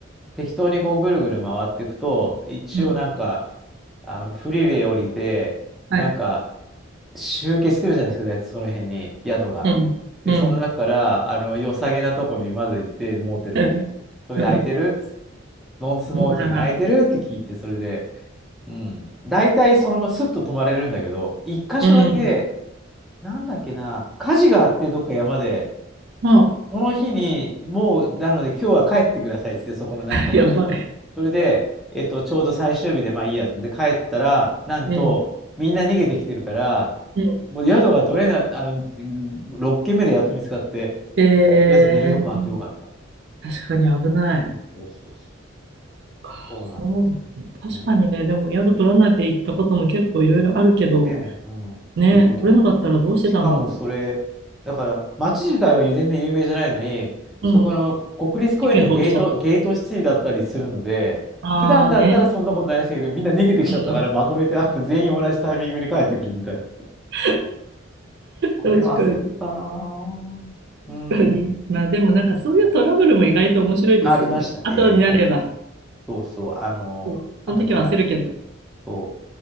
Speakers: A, in the centre; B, on the right (about 55°).
A: 適当にこうぐるぐる回っていくと、一応なんか、
B: うん
A: あの、フリーウェイ降りて、
B: はい。
A: なんか、集結してるじゃないですか、その辺に、宿が。
B: うん。
A: で、
B: うん。
A: その中から、あの、良さげなとこにまず行って、モーテルに。
B: うん。
A: それで、
B: うん。
A: 空いてるノンスモーキング空いてるって聞いて、
B: うん。
A: それで、うん。大体、そのままスッと泊まれるんだけど、一箇所だけ、
B: うん。
A: なんだっけな、火事があって、どっか山で、
B: あ、
A: その日に、もう、なので、今日は帰ってくださいっつって、そこのなんとかとこ。
B: やばい。
A: それで、えっと、ちょうど最終日で、まあいいやってんで、帰ったら、なんと、
B: うん。
A: みんな逃げてきてるから、
B: うん。
A: もう宿が取れない、あの、6軒目でやっと見つかって、と
B: え
A: りあえず寝るとこあってよかった。
B: ー確かに危ない。
A: そうそうそうそう。
B: かそう。
A: そうなんです。
B: 確かにね、
A: うん
B: でも宿取らないで行ったことも結構いろいろあるけど、
A: ねえ、うん、
B: ね、
A: そう。
B: 取れなかったらどうしてたんだろ
A: しかもそれ、だから、街自体は全然有名じゃないのに、
B: う。
A: そこの国立公園のゲート、
B: うん。事件が起きちゃった。
A: ゲートシティだったりするので、
B: ああね。
A: 普段だったらそんなことないらしいけど、みんな逃げてきちゃったから、
B: うん。
A: まとめてあの全員同じタイミングに帰ってくるみたいな。
B: <laughs>
A: あれは焦ったなぁ。
B: 確かに。
A: うん。
B: 確かに。まあでもなんかそういうトラブルも意外と面白いですよね。
A: そうありましたね。
B: 後になれば。
A: そうそう。あの、
B: そう。
A: なんだっけな。
B: その時は焦るけど。
A: そう。